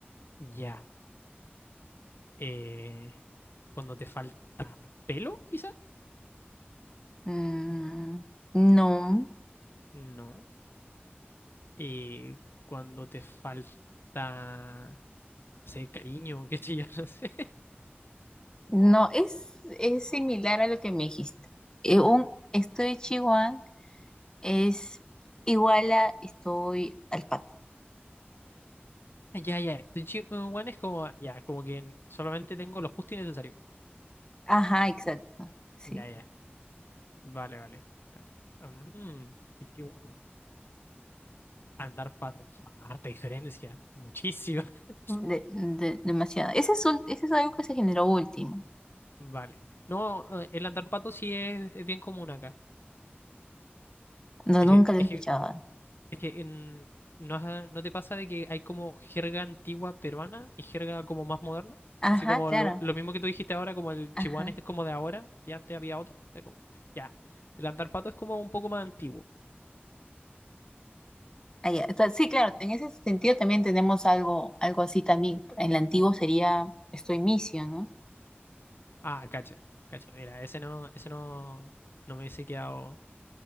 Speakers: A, on the left; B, on the left.
A: Ya. Eh, cuando te falta pelo, quizá.
B: Mm, No,
A: No. Eh, cuando te falta, no sé, cariño, qué sé yo, <laughs> no sé.
B: no, es, es similar a lo que me dijiste. Eh, un estoy chihuahua es igual a estoy alpaca.
A: Ya, ya. Estoy chico, bueno, es como, ya, como que solamente tengo lo justo y necesario.
B: Ajá, exacto, sí.
A: Ya, ya. Vale, vale. Vale. Mm, estoy chico. Andar pato. Harta diferencia. Muchísima. <laughs>
B: De- de- demasiado. Ese es un, ese es algo que se generó último.
A: Vale. No, eh, el andar pato sí es, es bien común acá.
B: No,
A: Es
B: nunca
A: que,
B: lo
A: es
B: he escuchado.
A: que- es que en- ¿no, has- no te pasa de que hay como jerga antigua peruana y jerga como más moderna?
B: Ajá,
A: Así como
B: claro.
A: lo, lo mismo que tú dijiste ahora, como el
B: Ajá.
A: chihuahua es como de ahora y antes había otra. Es como- ya. El andar pato es como un poco más antiguo.
B: Ah, ya. Entonces, sí, claro, en ese sentido también tenemos algo, algo así también. En el antiguo sería estoy misio, ¿no?
A: Ah, cacha. Cacha, mira, ese no, ese no, no me hubiese quedado.